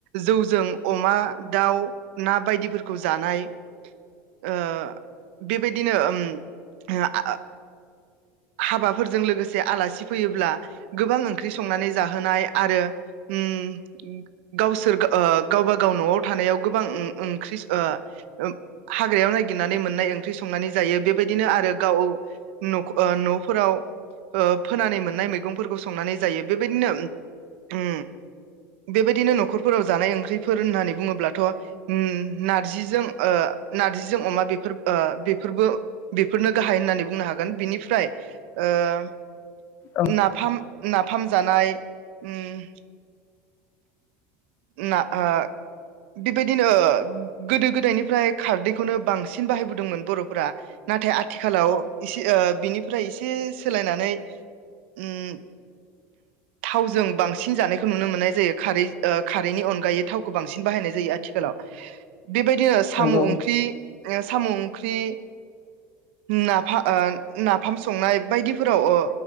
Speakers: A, on the right; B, on the left.
A: जौजों अमा दाउ ना बायदिफोरखौ जानाय ओ बेबायदिनो ओम आ हाबाफोरजों लोगोसे आलासि फैयोब्ला गोबां ओंख्रि संनानै जाहोनाय आरो उम गावसोर ओ गावब गाव न'आव थानायाव गोबां ओ ओंख्रि ओ हाग्रायाव नायगिरनानै मोननाय ओंख्रि संनानै जायो बेबायदिनो आरो गाव न'खौ ओ न 'फोराव ओ फोनानै मोननाय मैगंफोरखौ संनानै जायो बेबायदिनो ओम बेबायदिनो न'खरफोराव जानाय ओंख्रिफोर होननानै बुङोब्लाथ' ओम नारजिजों ओ नारजिजों अमा बेफोर ओ बेफोरबो बेफोरनो गाहाय होननानै बुंनो हागोन बिनिफ फाय ओ
B: औ
A: नाफाम नाफ फाम जानाय ओम ना ओ बेबायदिनो ओ गोदो गोदायनिफ्राय खारदैखौनो बांसिन बाहायबोदोंमोन बर'फोरा नाथाय आ थिखालाव
B: औ
A: एसे ओ बिनिफ्राय एसे एसे सोलायनानै ओम थावजों बांसिन जानायखौ नुनो मोननाय जायो खारै खारैनि अनगायै थावखौ बांसिन बाहायनाय जायो आथिखालाव बेबायदिनो साम'
B: नंगौ
A: ओंख्रि ओ साम' ओंख्रि नाफा ओ नाफाम संनाय बायदिफोराव ओ